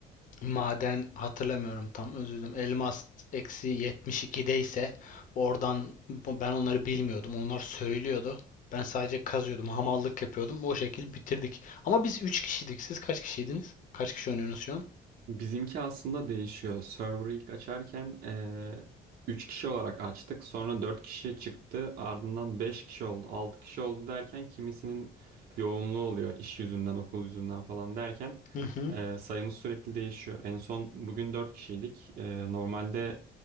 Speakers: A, on the left; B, on the right.
A: Maden hatırlamıyorum tam özür dilerim. Elmas eksi 72'de ise oradan ben onları bilmiyordum. Onlar söylüyordu. Ben sadece kazıyordum. Hamallık yapıyordum. O şekil bitirdik. Ama biz 3 kişiydik. Siz kaç kişiydiniz? Kaç kişi oynuyorsunuz şu an?
B: Bizimki aslında değişiyor. Server'ı ilk açarken eee 3 kişi olarak açtık. Sonra 4 kişi çıktı. Ardından 5 kişi oldu. 6 kişi oldu derken kimisinin yoğunluğu oluyor. iş yüzünden, okul yüzünden falan derken
A: Hı hı.
B: eee, sayımız sürekli değişiyor. En son bugün 4 kişiydik. Eee, normalde